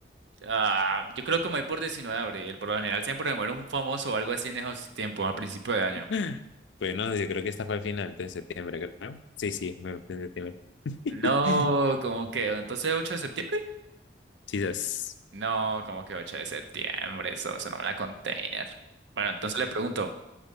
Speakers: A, on the right; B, on the left.
A: Ah, yo creo que me voy por 19 de abril. Por lo general siempre me muere un famoso o algo así en esos tiempos, a principio de año.
B: <laughs> Pues no, yo creo que esta fue al final de septiembre, creo. Sí, sí, fue en septiembre. <laughs>
A: No, como que, entonces 8 de septiembre.
B: Quizás.
A: No, como que 8 de septiembre, eso suena una container. Bueno, entonces le pregunto,